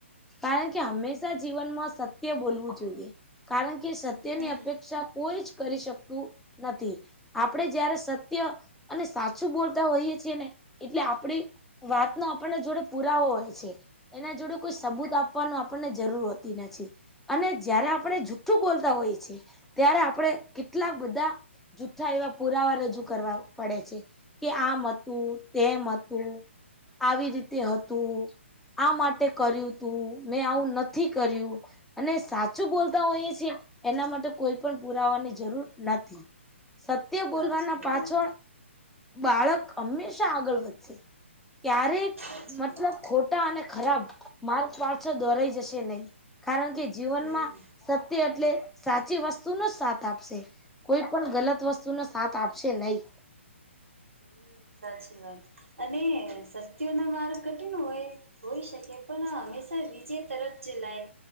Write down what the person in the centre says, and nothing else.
કારણ કે હંમેશા જીવનમાં સત્ય બોલવું જોઈએ કારણ કે સત્યની
અપેક્ષા કોઈ જ કરી શકતું નથી. આપડે જયારે સત્ય અને સાચું બોલતા હોઈએ છીએ ને એટલે આપડી વાતનો આપણને જોડે પુરાવો હોય છે. એના જોડે કોઈ સબૂત આપવાનું આપણને જરૂર હોતી નથી. અને જયારે આપણે જુઠ્ઠું બોલતા હોઈએ છિએ ત્યારે આપણે કેટલા બધા <unintelligible> એવા પુરાવા રજૂ કરવા પડે છે કે આમ હતું તેમ હતું આવી રીતે હતું આ માટે કર્યું તું મેં આવું નથી કર્યું? અને સાચું બોલતા હોઈએ છિએ એના માટે કોઈ પણ પુરાવાની જરૂર નથી. સત્ય
બોલવાના
પાછળ બાળક હંમેશા આગળ વધશે ક્યારેક
મતલબ
ખોટા અને ખરાબ માર્ગ પાછળ દોરાઈ જશે નહી કારણ કે જીવનમાં
સત્ય એટલે સાચી વસ્તુનો જ સાથ આપશે. કોઈ પણ ગલત વસ્તુને સાથ આપશે નહી